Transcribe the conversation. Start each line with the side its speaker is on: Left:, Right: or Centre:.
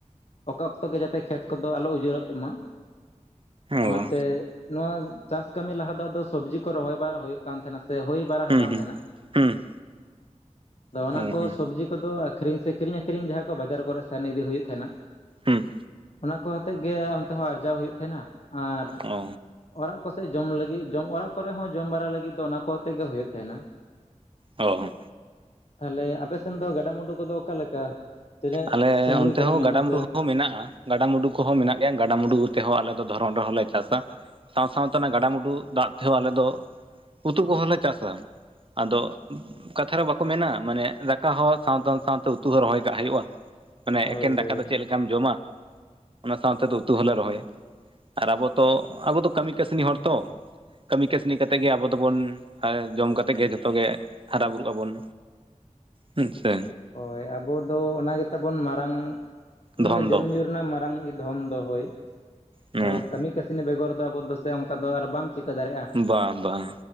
Left: ᱚᱠᱟ ᱚᱠᱛᱚ ᱜᱮ ᱡᱟᱛᱮ ᱠᱷᱮᱛ ᱠᱚᱫᱚ ᱟᱞᱚ ᱩᱡᱟᱹᱲᱚᱜ ᱛᱟᱢᱟ ᱚᱱᱟᱛᱮ
Right: ᱚ
Left: ᱱᱚᱣᱟ ᱪᱟᱥ ᱠᱟᱹᱢᱤ ᱞᱟᱦᱟ ᱫᱚ ᱟᱫᱚ ᱥᱚᱵᱽᱡᱤ ᱠᱚ ᱨᱚᱦᱚᱭ ᱵᱟᱲᱟ ᱦᱩᱭᱩᱜ ᱠᱟᱱ ᱛᱟᱦᱮᱱᱟ ᱥᱮ ᱦᱩᱭ ᱵᱟᱲᱟ
Right: ᱦᱩᱸ
Left: ᱟᱠᱟᱱ
Right: ᱦᱩᱸ
Left: ᱛᱟᱦᱮᱱᱟ
Right: ᱦᱩᱸ
Left: ᱟᱫᱚ ᱚᱱᱟ
Right: ᱦᱩᱸ
Left: ᱠᱚ ᱥᱚᱵᱡᱤ ᱠᱚᱫᱚ ᱟᱹᱠᱷᱨᱤᱧ ᱥᱮ ᱠᱤᱨᱤᱧ ᱟᱠᱠᱷᱨᱤᱧ ᱡᱟᱦᱟᱸ ᱠᱚ ᱵᱟᱡᱟᱨ ᱠᱚᱨᱮ ᱥᱮᱱ ᱤᱫᱤ ᱦᱩᱭᱩᱜ ᱛᱟᱦᱮᱱᱟ
Right: ᱦᱩᱸ
Left: ᱚᱱᱟ ᱠᱚ ᱦᱚᱛᱮᱫ ᱜᱮ ᱚᱱᱛᱮ ᱦᱚᱸ ᱟᱨᱡᱟᱣ ᱦᱩᱭᱩᱜ ᱛᱟᱸᱦᱮᱱᱟ ᱟᱨ
Right: ᱚ
Left: ᱚᱲᱟᱜ ᱠᱚᱥᱮᱫ ᱡᱚᱢ ᱞᱟᱹᱜᱤᱫ ᱡᱚᱢ ᱚᱲᱟᱜ ᱠᱚᱨᱮ ᱦᱚᱸ ᱡᱚᱢ ᱵᱟᱲᱟ ᱞᱟᱹᱜᱤᱫ ᱫᱚ ᱚᱱᱟ ᱠᱚᱛᱮ ᱜᱮ ᱦᱩᱭᱩᱜ ᱛᱟᱦᱮᱱᱟ
Right: ᱚ
Left: ᱛᱟᱦᱞᱮ ᱟᱯᱮ ᱥᱮᱱ ᱫᱚ ᱜᱟᱰᱟᱼᱢᱩᱰᱩ ᱠᱚᱫᱚ ᱚᱠᱟᱞᱮᱠᱟ ᱛᱤᱱᱟᱹᱜ
Right: ᱟᱞᱮ
Left: ᱥᱟᱺᱜᱤᱧ
Right: ᱚᱱᱛᱮ
Left: ᱠᱚᱨᱮ
Right: ᱦᱚᱸ
Left: ᱢᱮᱱᱟᱜ
Right: ᱜᱟᱰᱟᱢᱩᱰᱩ
Left: ᱟᱥᱮ?
Right: ᱦᱚᱸ ᱢᱮᱱᱟᱜᱼᱟ ᱜᱟᱰᱟ ᱢᱩᱰᱩ ᱠᱚᱦᱚᱸ ᱢᱮᱱᱟᱜ ᱜᱮᱭᱟ ᱜᱟᱰᱟᱼᱢᱰᱩ ᱠᱚ ᱛᱮᱦᱚᱸ ᱟᱞᱮ ᱫᱚ ᱫᱷᱚᱨᱱ ᱨᱮᱦᱚᱸᱞᱮ ᱪᱟᱥᱟ, ᱥᱟᱶ ᱥᱟᱶᱛᱮ ᱚᱱᱟ ᱜᱟᱰᱟᱢᱩᱰᱩ ᱫᱟᱜ ᱛᱮᱦᱚᱸ ᱟᱞᱮ ᱫᱚ ᱩᱛᱩ ᱠᱚᱦᱚᱸᱞᱮ ᱪᱟᱥᱟ ᱟᱫᱚ ᱠᱟᱛᱷᱟ ᱨᱮ ᱵᱟᱠᱚ ᱢᱮᱱᱟ ᱢᱟᱱᱮ ᱫᱟᱠᱟ ᱦᱚᱸ ᱥᱟᱶᱛᱮ ᱥᱟᱶᱛᱮ ᱩᱛᱩ ᱦᱚᱸ ᱨᱚᱦᱚᱭ ᱠᱟᱜ ᱦᱩᱭᱩᱜᱼᱟ ᱢᱟᱱᱮ
Left: ᱦᱳᱭ
Right: ᱮᱠᱮᱱ
Left: ᱦᱳᱭ
Right: ᱫᱟᱠᱟ ᱫᱚ ᱪᱮᱫ ᱞᱮᱠᱟᱢ ᱡᱚᱢᱟ ᱚᱱᱟ ᱥᱟᱶᱛᱮ ᱫᱚ ᱩᱛᱩ ᱦᱚᱞᱮ ᱨᱚᱦᱚᱭᱟ ᱟᱨ ᱟᱵᱚ ᱛᱚ ᱟᱵᱚ ᱫᱚ ᱠᱟᱹᱢᱤ ᱠᱟᱹᱥᱱᱤ ᱦᱚᱲ ᱛᱚ ᱠᱟᱹᱢᱤ ᱠᱟᱹᱥᱱᱤ ᱠᱟᱛᱮᱫ ᱜᱮ ᱟᱵᱚ ᱫᱚᱵᱚᱱ ᱡᱚᱢ ᱠᱟᱛᱮᱫ ᱜᱮ ᱡᱷᱚᱛᱚ ᱜᱮ ᱦᱟᱨᱟ ᱵᱩᱨᱩᱜ ᱟᱵᱚᱱ ᱩᱸᱪᱷᱟ
Left: ᱦᱳᱭ ᱟᱵᱚ ᱫᱚ ᱚᱱᱟ ᱜᱮᱛᱟ ᱵᱚᱱ ᱢᱟᱨᱟᱝ
Right: ᱫᱷᱚᱱ
Left: ᱢᱟᱱᱮ ᱡᱚᱢᱧᱩ
Right: ᱫᱚ
Left: ᱨᱮᱱᱟᱜ ᱢᱟᱨᱟᱝ ᱫᱷᱚᱱ ᱫᱚ ᱦᱳᱭ
Right: ᱦᱮᱸ
Left: ᱟᱫᱚ ᱠᱟᱹᱢᱤ ᱠᱟᱹᱥᱱ ᱤᱥᱤᱱᱤ ᱵᱮᱜᱚᱨ ᱫᱚ ᱟᱵᱚ ᱫᱚᱥᱮ ᱚᱱᱠᱟ ᱫᱚ ᱟᱨ ᱵᱟᱢ ᱪᱤᱠᱟᱹ ᱫᱟᱲᱮᱭᱟᱜᱼᱟ
Right: ᱵᱟᱝ ᱵᱟᱝ